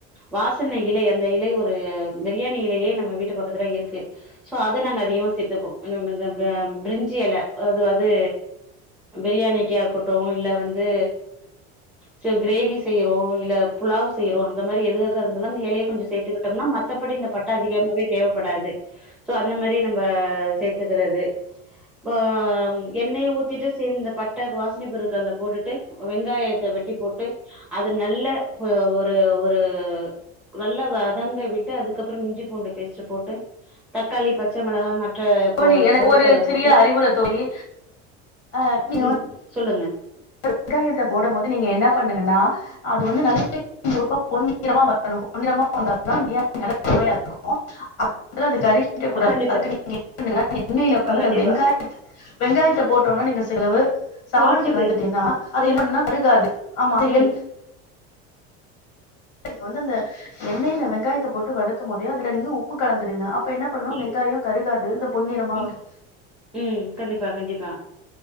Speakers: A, in the centre; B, on the left.
A: வாசனை இலை அந்த இலை ஒரு பிரியாணி இலையே நம்ம வீட்டு பக்கத்துல இருக்கு சோ அது நாங்க அதிகமா சேத்துப்போ த ப பிரிஞ்சி இலை அதாது பிரியாணிக்கா இருக்கட்டு இல்ல வந்து சோ கிரேவி செய்யறோ இல்ல புலாவ் செய்யறோ அந்த மாரி எதுக்காக இருந்தாலு அந்த எலைய கொஞ்ச சேத்து கிட்டோம்னா மத்தபடி இந்த பட்டை அதிகமாவே தேவைப்படாது சோ அந்த மாதிரி நம்ம சேத்துக்கிறது இப்போ எண்ணெயை ஊத்திட்டு ச இந்த பட்டை வாசனை பொருட்கல போட்டுட்டு வெங்காய த்த வெட்டி போட்டு அது நல்ல ஒரு ஒரு நல்ல வதங்க விட்டு அதுக்கப்புறம் இஞ்சி பூண்டு பேஸ்ட்டு போட்டு தக்காளி பச்சை மிளகா
B: தோழி
A: பொ
B: எனக்கு
A: பொருட்கள
B: ஒரு சிறிய
A: போட்டு
B: அறிவுரை தோழி அஹ் நீ
A: ம் சொல்லுங்க
B: வெங்காயத்தை போடம் போது நீங்க என்ன பண்ணுங்கன்னா அது வந்து நல்ல பொன்னிறமா வரணு பொன்னிறமா வந்தாதா பிரியாணி நல்லா சுவையா இருக்கு அப்பற <inaudible> க கூடாது
A: கண்டிப்பா
B: அதுக்கு நீங்க என்ன பண்ணுங்கனா எண்ணெயில
A: கண்டிப்பா
B: வ
A: கண்டிப்பா
B: வெங்காயத்து வெங்காயத்தை போட்டோனோ நீங்க செலவு சால்ட்
A: பொரிச்சுட்டு
B: கலந்துட்டேன்னா அது
A: பொரிச்சுட்டு
B: என்னன்னா கருகாது ஆமா அது
A: ம்
B: என் நீங்க வந்து அந்த எண்ணெயில வெங்காயத்தை போட்டு வதக்கும் போதே அதுல நீங்க உப்பு கலந்துடுங்க அப்ப என்ன பண்ணும்
A: ம்
B: வெங்காயம் கருகாது இந்த பொன்னிறமா
A: ம்
B: வரு
A: ம் கண்டிப்பா கண்டிப்பா